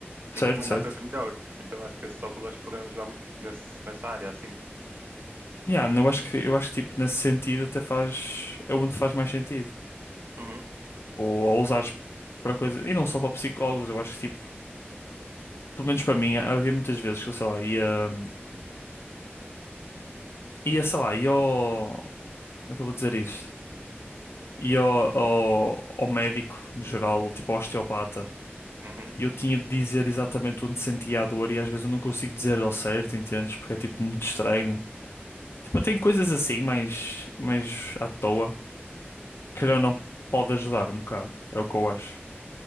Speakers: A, on the left; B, on the right.
A: Certo,
B: e recomendar
A: certo.
B: coisas melhor. Então acho que esses óculos acho que poderiam ajudar muito tipo, nesse, nessa área, assim.
A: Yeah, não, eu acho que eu acho que tipo nesse sentido até faz é onde faz mais sentido.
B: Uhum.
A: Tipo, Ou a usares para coisas e não só para psicólogos, eu acho que tipo, pelo menos para mim, havia muitas vezes que eu sei lá, ia ia sei lá, ia ao, como é que eu vou dizer isto? Ia ao, ao, ao médico no geral, ou tipo ao osteopata.
B: Uhum.
A: E eu tinha de dizer exatamente onde sentia a dor e às vezes eu não consigo dizer ao certo, entendes? Porque é tipo muito estranho.
B: uhum.
A: Tipo, eu tenho coisas assim, mais mais à toa, que ou não pode ajudar um bocado. É o que eu acho.